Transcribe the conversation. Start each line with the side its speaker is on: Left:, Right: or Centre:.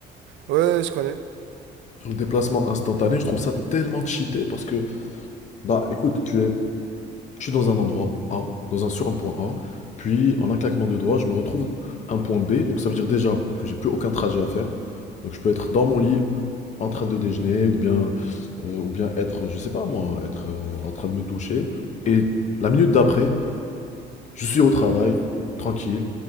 Right: Ouais, je connais.
Left: Sur le déplacement instantané, je trouve ça tellement cheaté parce que Bah écoute, tu es, je suis dans un endroit A, dans un, sur un point A, puis en un claquement de doigts, je me retrouve à un point B, donc ça veut dire déjà que j'ai plus aucun trajet à faire. Donc je peux être dans mon lit en train de déjeuner, ou bien, euh, ou bien être, je sais pas moi, être euh, en train de me doucher. Et la minute d'après, je suis au travail, tranquille,